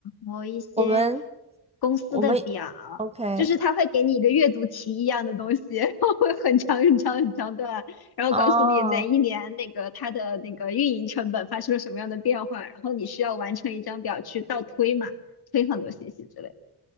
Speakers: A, on the left; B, on the right.
A: 后一些
B: 我们
A: 公司的表，
B: 我们 OK
A: 就是他会给你一个阅读题一样的东西，<laughs> 然后会很长很长很长段，然后告诉你哪一年那个它的那个运营成本发生了什么样的变化，
B: 啊，
A: 然后你需要完成一张表去倒推嘛，推很多信息之类的。